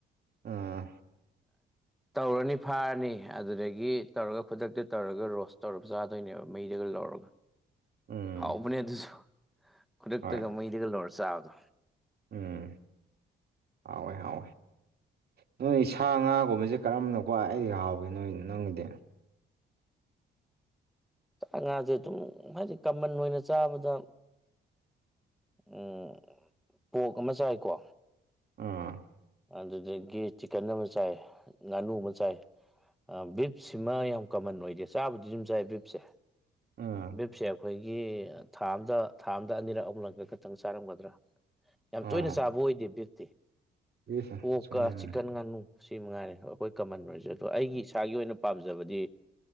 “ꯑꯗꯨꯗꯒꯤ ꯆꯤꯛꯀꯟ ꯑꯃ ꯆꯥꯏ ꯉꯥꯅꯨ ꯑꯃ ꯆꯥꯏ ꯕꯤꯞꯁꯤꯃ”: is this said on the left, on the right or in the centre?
Centre